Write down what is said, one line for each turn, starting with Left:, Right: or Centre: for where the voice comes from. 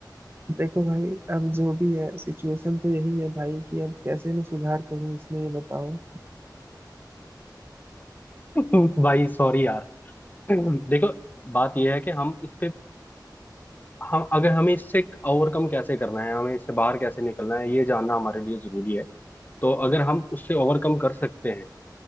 Right: देखो भाई अब जो भी है सिचुएशन तो यही है भाई कि अब कैसे मैं सुधार करूं इसमें ये बताओ
Left: <laughs> भाई सॉरी यार देखो बात यह है कि हम इस पे हम अगर हमें इससे ओवरकम कैसे करना है हमें इससे बाहर कैसे निकलना है ये जानना हमारे लिए जरूरी है तो अगर हम उससे ओवरकम कर सकते हैं